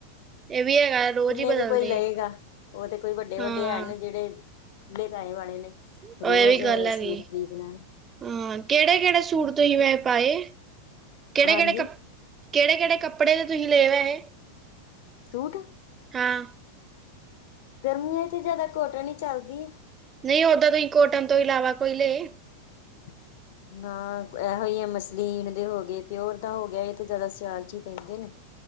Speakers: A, on the right (about 20°); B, on the left (about 50°).
A: ਇਹ ਵੀ ਹੈਗਾ ਰੋਜ਼
B: ਕਿੰਨੇ
A: ਹੀ ਬਦਲਦੇ
B: ਕ ਕੋਈ ਲਏਗਾ ਔ ਤੇ ਕੋਈ ਵੱਡੇ
A: ਹਾਂ
B: ਵੱਡੇ ਹੈ ਨੇ ਜੇੜੇ ਖੁੱਲੇ ਪੈਹੇ ਵਾਲੇ ਨੇ,
A: ਉਹ
B: ਰੋਜ
A: ਇਹ ਵੀ ਗੱਲ ਹੈਗੀ
B: ਸੂਟ ਖ਼ਰੀਦ ਲੈਣ
A: ਹਾਂ, ਕੈੜੇ-ਕੈੜੇ ਸੂਟ ਤੁਹੀ ਵੈਹੇ ਪਾਏ। ਕੈੜੇ-ਕੈੜੇ
B: ਹਾਂਜੀ
A: ਕੱਪ ਕੈੜੇ-ਕੈੜੇ ਕੱਪੜੇ ਦੇ ਤੁਹੀ ਲਏ ਵੈਹੇ?
B: ਸੂਟ
A: ਹਾਂ।
B: ਗਰਮੀਆਂ ਇੱਚ ਜਾਦਾ ਕੋਟਨ ਈ ਚਲਦੀ ਆ।
A: ਨਈ ਔਦਾਂ ਤੁਹੀ ਕੋਟਨ ਤੋ ਇਲਾਵਾ ਕੋਈ ਲਏ?
B: <inaudible> ਨਾ, ਐਹੋ ਈਏ ਮਸਲੀਨ ਦੇ ਹੋਗੇ, ਪੇਔਰ ਦਾ ਹੋ ਗਿਆ। ਏ ਤੇ ਜਾਦਾ ਸਿਆਲ 'ਚ ਈ ਪੈਂਦੇ ਨੇ।